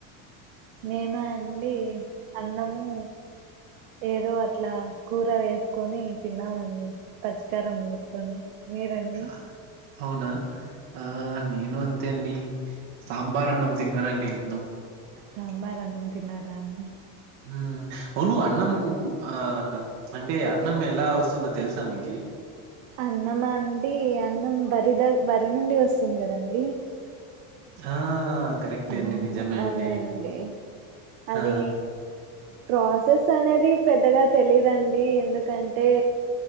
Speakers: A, on the right; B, on the right.
A: మేమా అండి అన్నము ఏదో అట్లా కూర వేసుకొని తిన్నామండి పచ్చికారం నూరుకొని మీరండి
B: ఆ, అవునా ఆ నేను అంతే అండి సాంబార్ అన్నాం తిన్న తినండి నిన్ను
A: సాంబార్ అన్నం తిన్నారా అండి
B: హమ్ అవును అన్నం ఆ అన్నం అంటే అన్నం ఎలా వస్తుందో తెలుసా మీకి
A: అన్నమా అండి అన్నం వరి ద వరి నుండి వస్తుంది కదండి
B: ఆ కరెక్టే
A: ఆ అవును
B: అండి నిజమే
A: అవునండి
B: అండి
A: అది
B: ఆ
A: ప్రాసెస్ అనేది పెద్దగా తెలీదండి ఎందుకంటే